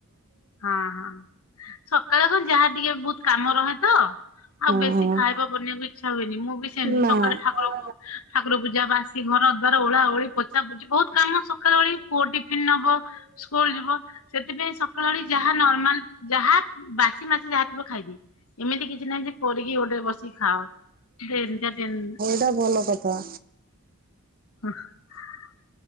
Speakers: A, on the left (about 65°); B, on the right (about 40°).
A: ହଁ ହଁ ସକାଳେ କଣ ଯାହା ଟିକେ ବହୁତ କାମ ରହେ ତ ଆଉ
B: ହଁ
A: ବେଶୀ ଖାଇବା ବନେଇବାକୁ ଇଚ୍ଛା ହୁଏନି, ମୁଁ ବି ସେମିତି
B: ନା।
A: ସକାଳେ ଠାକୁର
B: ହଁ
A: ଠାକୁର ପୂଜା ବାସ ସେଘର ଦ୍ୱାର ଓଳା ଓଳି, ପୋଛା ପୋଛି, ବହୁତ କାମ ସକାଳଓଳି ପୁଅ ଟିଫିନ ନବ ସ୍କୁଲ ଯିବ। ସେଥିପାଇଁ ସକାଳଓଳି ଯାହା ନର୍ମାଲ ଯାହା ହାତ ବାସି ମାସି ଯାହା ଥିବ ଖାଇଦିଏ, ଏମିତି କିଛି ନାହିଁ ଯେ କରିକି ଗୋଟେ ବସି ଖାଅ ଯେ ଏମିତା ଟେନ୍
B: ଏଟା ଭଲ କଥା।
A: <unintelligible>